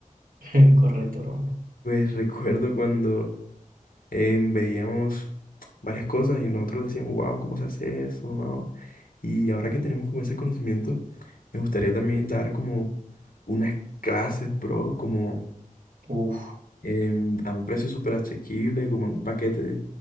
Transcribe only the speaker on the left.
Pues recuerdo cuando em, veíamos varias cosas y nosotros decíamos, wow, ¿cómo se hace eso? No. Y ahora que tenemos como ese conocimiento, me gustaría también dar como unas clases, bro, como
em, a un precio súper asequible, como en un paquete de,